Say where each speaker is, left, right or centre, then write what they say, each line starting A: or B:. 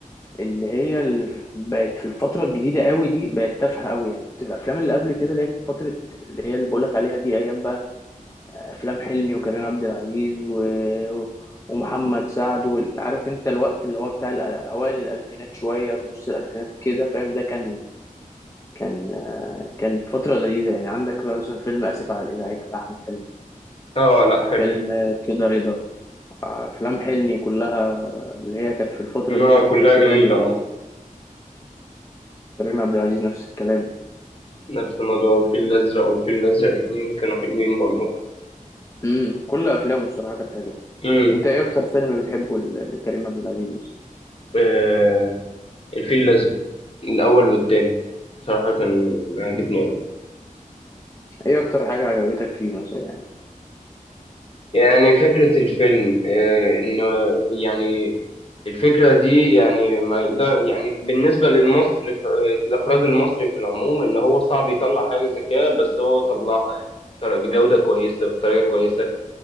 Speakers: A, on the left; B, on the left.
A: اللي هي اللي بقت في الفتره الجديده قوي دي بقت تافهه قوي يعني كنت الافلام اللي قبل كده اللي هي كانت فتره اللي هي اللي بقولك عليها دي ايام بقى افلام حلمي وكريم عبد العزيز و... ومحمد سعد وال- عارف انت الوقت اللي هو بتاع الأ- اوائل الالفينات شويه في نص الالفينات كده فاهم ده كان كان آه، كانت فتره لذيذه يعني عندك بقى مثلا فيلم اسف على الازعاج بتاع احمد حلمي
B: اه لا حلو
A: فيلم آه، كده رضا افلام حلمي كلها اللي هي كانت في الفتره
B: لا
A: دي كانت في
B: كلها
A: حته
B: جميلة
A: تانية
B: اه
A: يعني كريم عبد العزيز نفس الكلام
B: نفس الموضوع والفيل الأزرق والفيل الأزرق اتنين كانوا حلوين برضه
A: امم كل افلامه الصراحه كانت حلوه
B: امم
A: انت ايه اكتر فيلم بتحبه ل- لكريم عبد العزيز مثلا
B: آه الفيل الأزرق الأول والتاني بصراحة كان
A: مم.
B: عاجبني أوي
A: ايه اكتر حاجه عجبتك فيه مثلا يعني
B: يعني فكرة الفيلم آه إن يعني الفكرة دي يعني ما يقدر يعني بالنسبة للمصري في- الإخراج المصري في العموم إن هو صعب يطلع حاجة زي كده بس هو طلعها يعني بطر- بجودة كويسة وبطريقة كويسة